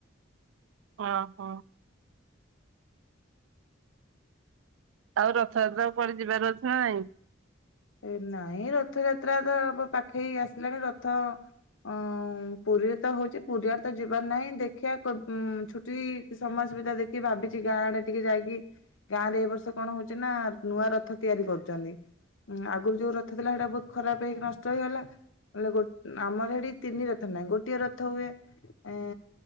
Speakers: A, on the right (about 80°); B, on the left (about 80°).
A: ଅହଁ। ଆଉ ରଥଯାତ୍ରାକୁ କୁଆଡେ ଯିବାର ଅଛି ନା ନାଇଁ?
B: ଏ ନାଇଁ ରଥଯାତ୍ରା ତ ପାଖେଇ ଆସିଲାଣି ରଥ ଅଁ ପୁରୀରେ ତ ହୋଉଚି ପୁରୀଆଡେ ତ ଯିବାର ନାହିଁ ଦେଖିବା ଛୁଟି ସମୟ ସୁବିଧା ଦେଖି ଭାବିଛି ଗାଁ ଆଡେ ଟିକେ ଯାଇକି ଗାଁରେ ଏଇ ବର୍ଷ କଣ ହଉଛି ନା ନୂଆ ରଥ ତିଆରି କରୁଚନ୍ତି। ଉଁ ଆଗରୁ ଯୋଉ ରଥ ଥିଲା ସେଇଟା ବହୁତ ଖରାପ ହେଇକି ନଷ୍ଟ ହେଇଗଲା। ଲେ ଆମର ସେଠି ତିନି ରଥ ନାହିଁ ଗୋଟିଏ ରଥ ହୁଏ ଏ